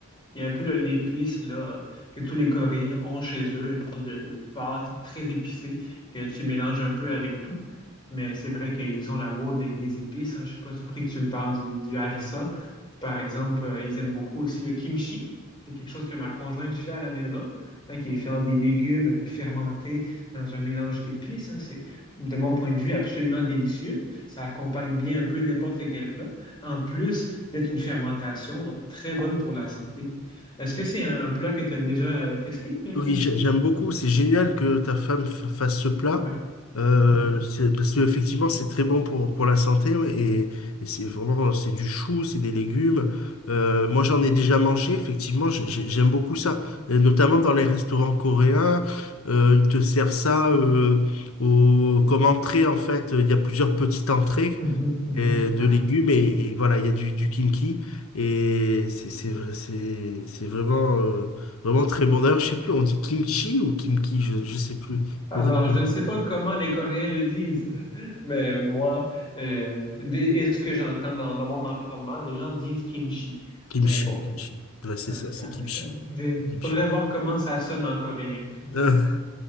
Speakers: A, on the left (about 20°); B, on the left (about 80°).
A: qui est un peu le- l'épice là, que tous les Coréens ont chez eux, une sorte de, de pâte très épicée que tu mélanges un peu avec tout. Mais c'est vrai qu'ils ont l'amour des, des épices. hein. Je suis pas surpris que tu me parles du, du harissa. Par exemple, euh, ils aiment beaucoup aussi le kimchi. C'est quelque chose que ma conjointe fait à la maison, hein, qui est fait en des légumes fermentés dans un mélange d'épices. hein. C'est, de mon point de vue, absolument délicieux. Ça accompagne bien un peu n'importe quel plat en plus d'être une fermentation, donc très bonne pour la santé. Est-ce que c'est un plat que tu as déjà euh, testé, le
B: Oui,
A: kimchi?
B: j'a- j'aime beaucoup. C'est génial que ta femme f- fasse ce plat.
A: Ouais,
B: Euh,
A: ouais.
B: c'est- parce qu'effectivement, c'est très bon pour, pour la santé. ouais, Et, et c'est vraiment, c'est du chou, c'est des légumes. Euh, moi, j'en ai déjà mangé. Effectivement, j'ai- j'ai- j'aime beaucoup ça. Et notamment dans les restaurants coréens. euh, ils te servent ça. euh, au- comme entrée, en fait, il y a plusieurs petites entrées
A: Mhm, mhm,
B: euh, de
A: ouais.
B: légumes et, et voilà, il y a du, du kimchi et c'est c'est vrai- c'est c'est vraiment, euh, vraiment très bon. D'ailleurs, je sais plus, on dit kimchi ou kimchi, je, je sais plus.
A: Alors,
B: Faudrait que je-
A: je ne sais pas comment les Coréens le disent, <laughs> mais moi, euh, dès- et ce que j'entends dans, dans mon environnement, les gens disent kimchi.
B: Kimchi,
A: Mais bon,
B: kimchi. Ouais, c'est
A: hein,
B: ça,
A: ça,
B: c'est kimchi.
A: ça- j'ai-
B: Kimchi.
A: faudrait voir comment ça sonne en coréen. <laughs>
B: <laughs>